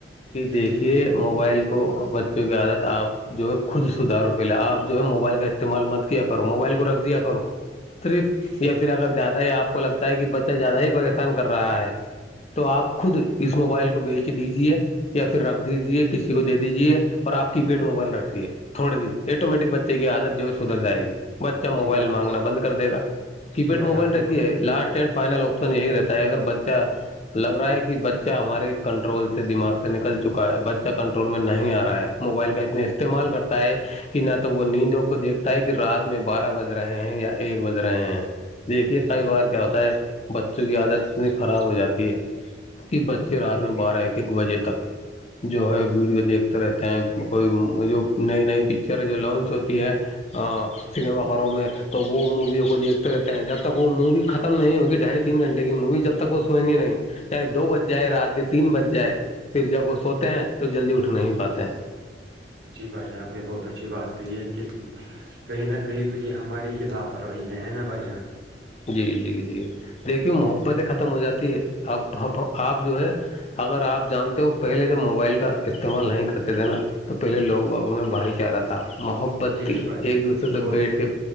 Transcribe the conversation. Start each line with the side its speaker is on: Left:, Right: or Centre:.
Left: کہ
Right: جی
Left: دیکھیے
Right: جی
Left: موبائل کو بچوں کی عادت آپ جو ہے خود سدارو پہلے آپ جو ہے موبائل کا استعمال مت کیا کرو موبائل کو رکھ دیا کرو صرف
Right: جی
Left: یا پھر اگر زیادہ ہی آپ کو لگتا ہے کہ بچہ زیادہ ہی پریشان کر رہا ہے تو آپ خود اس موبائل کو بیچ دیجیے یا پھر رکھ دیجیے کسی کو دے دیجے اور آپ کی پیڈ موبائل رکھیے تھوڑے دن ایٹومییٹک بچے کی عادت جو ہے سدھر جائے گی بچہ موبائل
Right: جی بھائی آپ
Left: مانگنا بند کر دے گا کی پیڈ
Right: جی بھائی
Left: موبائل
Right: جان آپ نے
Left: رکھی
Right: جی
Left: ہے لاسٹ ٹین فائنل آپشن یہی رہتا ہے اگر بچہ لگ رہا ہے کہ بچہ ہمارے کنٹرول سے دماغ سے نکل چکا ہے بچہ کنٹرول میں نہیں آ رہا ہے موبائل کا اتنا استعمال کرتا ہے کہ نہ تو وہ نیندوں کو دیکھتا ہے کہ رات میں بارہ بج رہے ہیں یا ایک بج رہے ہیں دیکھیے
Right: جی
Left: کئی
Right: جی
Left: بار
Right: جی
Left: کے کیا ہوتا ہے بچوں کی عادت اتنی خراب ہو جاتی ہے کہ بچے رات میں بارہ ایک ایک بجے تک جو ہے ویڈیو دیکھ رہتے ہیں کوئی جو نئی نئی پکچریں جو لانچ ہوتی ہے ہاں سنیما گھروں میں تو وہ موویوں کو دیکھتے رہتے ہیں جب تک وہ مووی ختم نہیں ہوگی ڈھائی تین گھنٹے کی مووی جب تک تک وہ سوئ گے نہیں چاہے دو بج جائے رات کے تو تین بج جائے پھر جب وہ سوتے ہیں تو جلدی اٹھ نہیں پاتے ہیں
Right: جی بھ جان آپ نے بہت اچھی بات کہ ہے کہ <unintelligible> کہیں نہ کہیں تو یہ ہماری ہی لاپرواہی ہے ہے نا بھائی جان
Left: جی جی جی دیکھیے محبتیں ختم ہو جاتی ہے ابب آپ جو ہے اگر آپ جانتے ہو پہلے جب موبائل کا استعمال نہیں کرتے تھے نا تو پہلے لوگ باغوں میں بھائی کیا رہا تھا <unintelligible> محبت
Right: جی
Left: تھی
Right: جی بھائی
Left: ایک دوسرے سے
Right: بہت
Left: بیٹھ کے